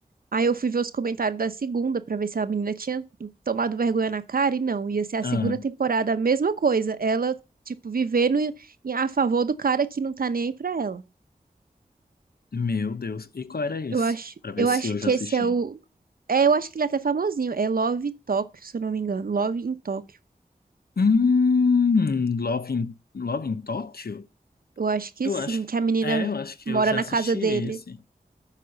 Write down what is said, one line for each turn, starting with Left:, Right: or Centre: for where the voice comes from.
Right: aí eu fui ver os comentários da segunda pra ver se a menina tinha tomado vergonha na cara, e não, ia ser a
Left: Ah,
Right: segunda temporada, a mesma coisa, ela, tipo, vivendo em- em- a favor do cara que não tá nem aí pra ela.
Left: meu Deus. E qual era esse?
Right: Eu acho,
Left: Pra ver
Right: eu
Left: se
Right: acho
Left: eu já
Right: que
Left: assisti.
Right: esse é o. É, eu acho que ele é até famosinho, é Love Tóquio, se eu não me engano, Love em Tóquio.
Left: Hum, Love in, Love in Tóquio?
Right: Eu acho que
Left: Eu
Right: sim,
Left: acho,
Right: que a menina
Left: é, eu acho que
Right: mora
Left: eu já
Right: na
Left: assisti
Right: casa dele.
Left: esse.